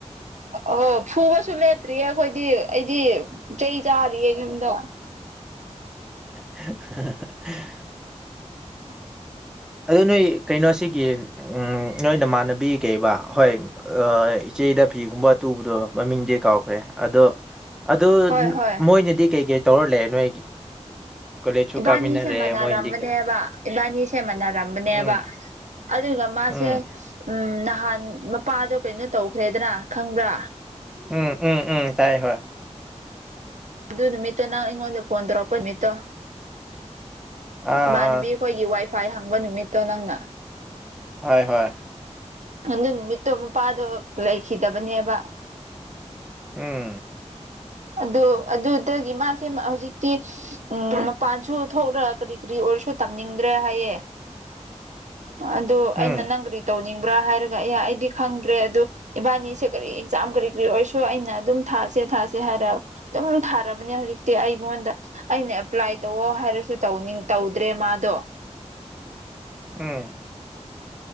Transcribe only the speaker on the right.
ꯑꯣ ꯐꯨꯕꯁꯨ ꯂꯦꯞꯇ꯭ꯔꯤꯌꯦ ꯑꯩꯈꯣꯏꯗꯤ ꯑꯩꯗꯤ ꯆꯩ ꯆꯥꯔꯤꯌꯦ ꯌꯨꯝꯗ꯫
<unintelligible>
ꯍꯣꯏ ꯍꯣꯏ
ꯏꯕꯥꯅꯤꯁꯦ
ꯃꯥꯟꯅꯥꯔꯝꯕꯅꯦꯕ꯫
ꯏꯕꯥꯟꯅꯤ ꯁꯦ ꯃꯥꯟꯅꯔꯝꯕꯅꯦꯕ
ꯑꯗꯨꯒ ꯃꯥꯁꯦ
ꯎꯝ ꯅꯍꯥꯟ ꯃꯄꯥꯗꯣ ꯀꯩꯅꯣ ꯇꯧꯈ꯭ꯔꯦꯗꯅ ꯈꯪꯕ꯭ꯔꯥ
ꯑꯗꯨ ꯅꯨꯃꯤꯠꯇꯣ ꯅꯪ ꯑꯩꯉꯣꯟꯗ ꯐꯣꯟ ꯇꯧꯔꯛꯄ ꯅꯨꯃꯤꯠꯇꯣ
ꯏꯃꯥꯟꯅꯕꯤ
ꯑꯩꯈꯣꯏꯒꯤ ꯋꯥꯏ ꯐꯥꯏ ꯍꯪꯕ ꯅꯨꯃꯤꯠꯇꯣ ꯅꯪꯅ
ꯑꯗꯨ ꯅꯨꯃꯤꯠꯇꯣ ꯃꯄꯥꯗꯣ ꯂꯩꯈꯤꯗꯕꯅꯦꯕ꯫
ꯑꯗꯨ ꯑꯗꯨꯗꯒꯤ ꯃꯥꯁꯦ ꯍꯧꯖꯤꯛꯇꯤ ꯎꯝ ꯃꯄꯥꯟꯁꯨ ꯊꯣꯛꯂ ꯀꯔꯤ ꯀꯔꯤ ꯑꯣꯏꯔꯁꯨ ꯇꯝꯅꯤꯡꯗ꯭ꯔꯦ ꯍꯥꯏꯌꯦ꯫ ꯑꯗꯨ
ꯑꯩꯅ ꯅꯪ ꯀꯔꯤ ꯇꯧꯅꯤꯡꯕ꯭ꯔꯥ ꯍꯥꯏꯔꯒ ꯑꯌꯥ ꯑꯩꯗꯤ ꯈꯪꯗ꯭ꯔꯦ ꯑꯗꯨ ꯏꯕꯥꯟꯅꯤꯁꯦ ꯀꯔꯤ ꯑꯦꯛꯖꯥꯝ ꯀꯔꯤ ꯀꯔꯤ ꯑꯣꯏꯔꯁꯨ ꯑꯩꯅ ꯑꯗꯨꯝ ꯊꯥꯁꯦ ꯊꯥꯁꯦ ꯍꯥꯏꯔ ꯑꯗꯨꯝ ꯊꯥꯔꯕꯅꯦ ꯍꯧꯖꯤꯛꯇꯤ ꯑꯩꯉꯣꯟꯗ ꯑꯩꯅ ꯑꯦꯄ꯭ꯂꯥꯏ ꯇꯧꯑꯣ ꯍꯥꯏꯔꯁꯨ ꯇꯧꯅꯤꯡ ꯇꯧꯗ꯭ꯔꯦ ꯃꯥꯗꯣ꯫